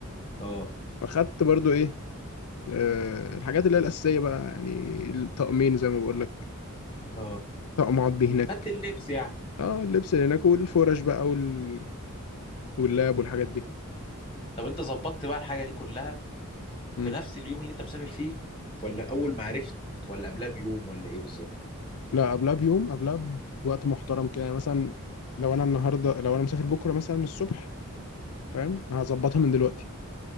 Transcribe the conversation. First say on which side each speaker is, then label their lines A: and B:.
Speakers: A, on the left; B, on the left.
A: اه
B: فخدت برضو ايه آه، الحاجات اللي هي الاساسيه بقى يعني الطقمين زي ما بقول لك
A: اه
B: طقم اقعد بيه هناك
A: خدت اللبس يعني
B: اه اللبس اللي هناك والفرش بقى وال... واللاب والحاجات دي
A: طب انت ظبطت بقى الحاجه دي كلها
B: مم.
A: في نفس اليوم اللي انت مسافر فيه ولا اول ما عرفت ولا قبلها بيوم ولا ايه بالظبط
B: لا قبلها بيوم قبلها بوقت محترم كده يعني مثلا لو انا النهارده لو انا مسافر بكره مثلا الصبح فاهم هظبطها من دلوقتي